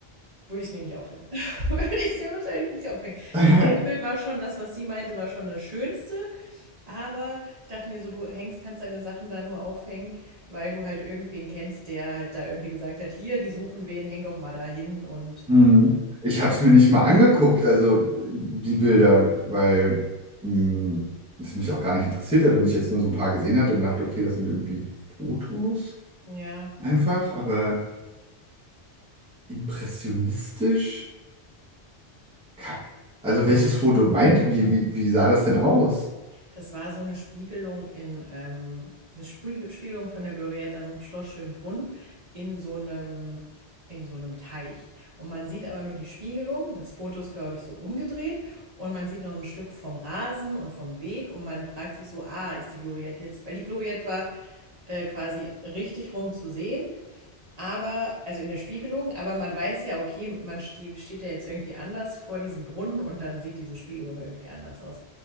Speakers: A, on the right (about 35°); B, in the centre.
A: würde ich es mir nicht aufhängen. <laughs> Würde ich es mir wahrscheinlich nicht aufhängen.
B: <laughs>
A: Das eine Bild war schon, das, was sie meinte, war schon das Schönste. Aber ich dachte mir so, du hängst, kannst deine Sachen da nur aufhängen, weil du halt irgendwen kennst, der halt da irgendwie gesagt hat, hier, die suchen wen, häng doch mal da hin. Und
B: Hm. Ich habe es mir nicht mal angeguckt, also die Bilder, weil hm, es mich auch gar nicht interessiert hat und ich jetzt nur so ein paar gesehen hatte und dachte, okay, das sind irgendwie Fotos
A: ja,
B: einfach, aber impressionistisch. Kein- Also welches Foto meint, wie, wie, wie sah das denn aus?
A: Das war so eine Spiegelung in, ähm, eine Spie- Spiegelung von der Gloriette am Schloss Schönbrunn in so einem, in so einem Teich. Und man sieht aber nur die Spiegelung. Das Foto ist, glaube ich, so umgedreht. Und man sieht noch ein Stück vom Rasen und vom Weg. Und man fragt sich so, ah, ist die Gloriette jetzt, weil die Gloriette war äh, quasi richtig rum zu sehen. Aber, also in der Spiegelung, aber man weiß ja, okay, man ste steht ja jetzt irgendwie anders vor diesem Brunnen und dann sieht diese Spiegelung irgendwie anders aus.